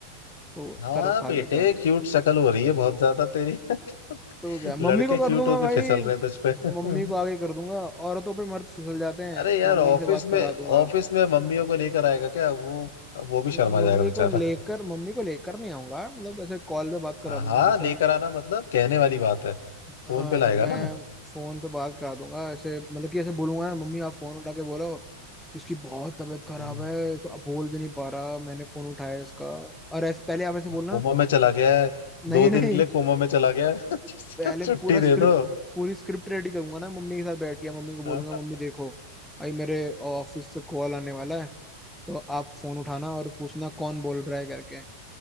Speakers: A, in the centre; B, on the left.
A: तो
B: हाँ
A: तरस खा
B: बेटे
A: लेता है
B: क्यूट शक्ल हो रही है बहुत ज्यादा तेरी <laughs>
A: तो क्या मम्मी
B: लड़के
A: को कर
B: क्यूट
A: दूंगा
B: होके
A: भाई
B: फिसल रहे हैं तुझ पे
A: मम्मी
B: <laughs>
A: को आगे कर दूंगा औरतों पे मर्द फिसल जाते हैं
B: अरे यार
A: मम्मी
B: ऑफिस
A: से बात करा
B: में
A: दूंगा
B: ऑफिस में मम्मियों को लेकर आएगा क्या वो वो भी शर्मा
A: म-
B: जाएगा
A: मम्मी
B: बेचारा
A: को लेकर मम्मी को लेकर नहीं आऊंगा मतलब ऐसे कॉल पे बात करा
B: हाँ
A: दूंगा
B: हाँ,
A: कि
B: लेकर
A: सर
B: आना मतलब कहने वाली बात है
A: अ,
B: फोन पे लाएगा
A: तो मैं
B: ना
A: फोन पे बात करा दूंगा ऐसे मतलब कि ऐसे बोलूंगा ना मम्मी आप फोन उठा के बोलो कि इसकी बहुत तबीयत खराब
B: हम्म,
A: है तो अब बोल भी नहीं पा रहा मैंने फोन उठाया इसका और ऐसे पहले आप ऐसे बोलना
B: कोमा में चला गया है
A: नहीं
B: दो
A: नहीं
B: दिन के लिए कोमा में चला गया है
A: पहले
B: <laughs> छुट्टी
A: पूरा
B: दे
A: स्क्रिप्ट
B: दो
A: पूरी स्क्रिप्ट रेडी करूंगा ना मम्मी के साथ बैठ के मम्मी को बोलूंगा
B: हाँ
A: मम्मी देखो भाई मेरे ऑफिस से कॉल आने वाला है तो आप फोन उठाना और पूछना कौन बोल रहा है करके